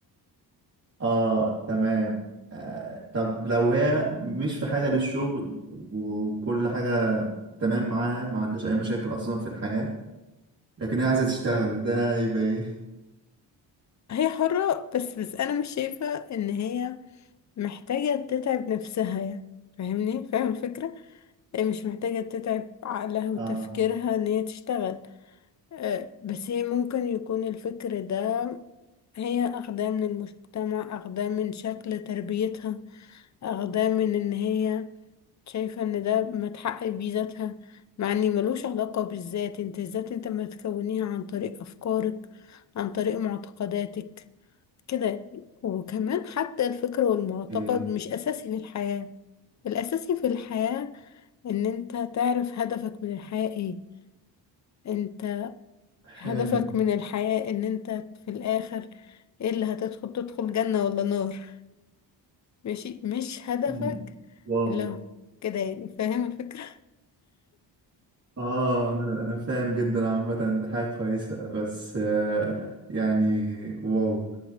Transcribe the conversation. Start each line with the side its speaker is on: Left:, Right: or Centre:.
Right: اه تمام آه، طب لو هي مش في حاجة للشغل وكل حاجة تمام معاها ما عندهاش أي مشاكل أصلا في الحياة لكن هي عايزة تشتغل ده يبقى إيه؟
Left: هي حرة بس بس أنا مش شايفة إن هي محتاجة تتعب نفسها يعني فاهمني فاهم الفكرة هي مش محتاجة تتعب عقلها وتفكيرها
Right: اه
Left: إن هي تشتغل آه، بس هي ممكن يكون الفكر ده هي أخداه من المجتمع أخداه من شكل تربيتها أخداه من إن هي شايفة ان ده متحقق بيه ذاتها مع ان ملوش علاقة بالذات انت الذات انت ما تكونيها عن طريق افكارك عن طريق معتقداتك كده وكمان حتى الفكر والمعتقد
Right: إيه
Left: مش اساسي في الحياة الاساسي في الحياة ان انت تعرف هدفك من الحياة ايه انت
Right: حلو
Left: هدفك من الحياة ان انت في الاخر ايه اللي هتدخل تدخل جنة ولا نار ماشي مش هدفك
Right: مم. واو
Left: اللي هو كده يعني فاهم الفكرة
Right: آه أنا أنا فاهم جدا عامة ده حاجة كويسة بس آه يعني واو